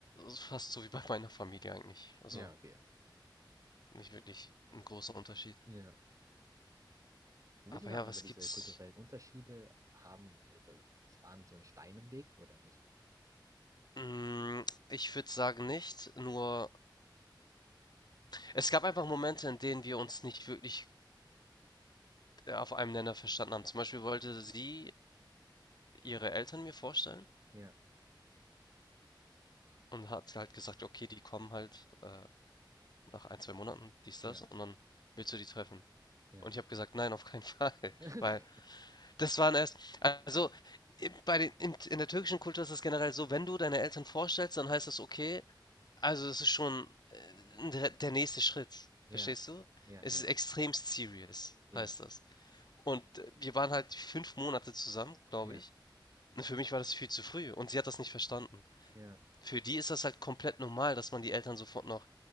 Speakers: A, on the left; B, on the right.
A: fast so wie bei meiner Familie eigentlich. Also,
B: Ja, okay.
A: nicht wirklich ein großer Unterschied.
B: Ja. Würdest
A: Aber
B: du sagen,
A: ja,
B: aber
A: was
B: diese
A: gibt's?
B: kulturellen Unterschiede haben oder es waren so ein Stein im Weg oder nicht?
A: Hm, ich würde sagen nicht, nur es gab einfach Momente, in denen wir uns nicht wirklich, äh, auf einem Nenner verstanden haben. Zum Beispiel wollte sie ihre Eltern mir vorstellen
B: Ja,
A: und hat halt gesagt: „Okay, die kommen halt, äh, nach ein 2 Monaten, dies,
B: ja,
A: das und dann willst du die treffen?“
B: ja.
A: Und ich habe gesagt, nein, auf keinen Fall, <laughs>
B: <laughs>
A: weil das waren erst, also i- bei den, in, in der türkischen Kultur ist es generell so, wenn du deine Eltern vorstellst, dann heißt das okay, also das ist schon äh, der, der nächste Schritt,
B: Ja,
A: verstehst du?
B: ja,
A: Es
B: ja,
A: ist extrem serious,
B: ja,
A: heißt das. Und äh, wir waren halt fünf Monate zusammen, glaube
B: ja,
A: ich. Und für mich war das viel zu früh und sie hat das nicht verstanden.
B: ja.
A: Für die ist das halt komplett normal, dass man die Eltern sofort noch,